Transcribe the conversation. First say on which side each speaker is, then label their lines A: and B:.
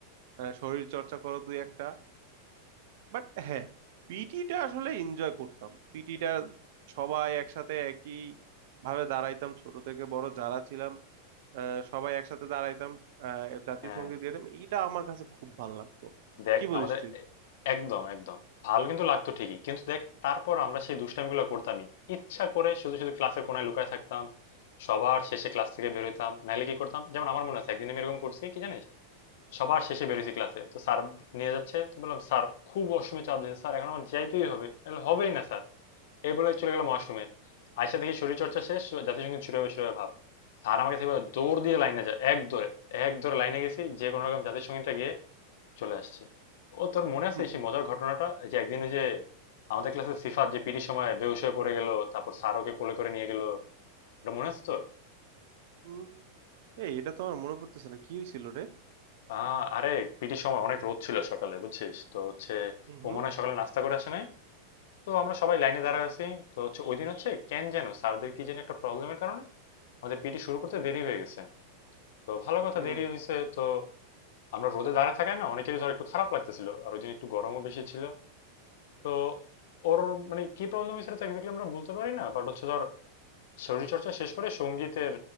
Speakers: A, on the right (about 50°); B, on the left (about 55°).
A: আহ, শরীর চর্চা করো দুই একটা বাট হ্যাঁ পিটিটা আসলে এনজয় করতাম পিটিটা সবাই একসাথে একই ভাবে দাঁড়াইতাম ছোট থেকে বড় যারা ছিলাম আহ, সবাই একসাথে দাঁড়াইতাম আহ, জাতীয়
B: হ্যাঁ
A: সঙ্গীত গাইতাম এটা আমার কাছে খুব ভালো লাগতো
B: দেখ
A: কি বলিস
B: আমাদের
A: তুই
B: এ- একদম একদম ভালো কিন্তু লাগতো ঠিকই কিন্তু দেখ তারপর আমরা সেই দুষ্টামিগুলো করতামই ইচ্ছা করে শুধু শুধু ক্লাসের কোণায় লুকায় থাকতাম সবার শেষে ক্লাস থেকে বের হইতাম নাইলে কি করতাম যেমন আমার মনে আছে একদিন আমি এরকম করছি কি জানিস সবার শেষে বেরোইছি ক্লাসে তো স্যার নিয়ে যাচ্ছে তো বললাম স্যার খুব অসময়ে চাপ দিয়েছে স্যার এখন আমার যাইতেই হবে নাহলে হবেই না স্যার এই বলে চলে গেলাম ওয়াশরুমে আয়সা দেখি শরীরচর্চা শেষ জাতীয় সঙ্গীত শুরু হবে শুরু হবে ভাব স্যার আমাকে থেকে দৌড় দিয়ে লাইনে যায় এক দৌড়ে এক দৌড়ে লাইনে গেছি যে কোনো রকম জাতীয় সঙ্গীতটা গিয়ে চলে আসছি ও তোর মনে আছে
A: <laughs>
B: সেই মজার ঘটনাটা এই যে একদিন ওই যে আমাদের ক্লাসে সিফাত যে পিটির সময় বেহুশ হয়ে পড়ে গেল তারপর স্যার ওকে কোলে করে নিয়ে গেল ওটা মনে আছে তো
A: উম, এই এটা তো আমার মনে পড়তেছে না কি হয়েছিল রে
B: আহ আরে পিটির সময় অনেক রোদ ছিল সকালে বুঝছিস তো হচ্ছে
A: হুম
B: ও মনে হয় সকালে নাস্তা করে আসে নাই তো আমরা সবাই লাইনে
A: হুম
B: দাঁড়ায় আছি তো হচ্ছে ওই দিন হচ্ছে কেন যেন স্যারদের কি যেন একটা প্রবলেমের কারণে আমাদের পিটি শুরু করতে দেরি হয়ে গেছে তো ভালো কথা
A: হুম
B: দেরি
A: হুম
B: হয়েছে তো আমরা রোদে দাঁড়ায় থাকায় না অনেকেরই ধর একটু খারাপ লাগতেছিল আর ওই দিন একটু গরমও বেশি ছিল তো ওর মানে কি প্রবলেম হয়েছিল তা এক্স্যাক্টলি আমরা বলতে পারি না বাট হচ্ছে ধর শরীরচর্চা শেষ করে সঙ্গীতের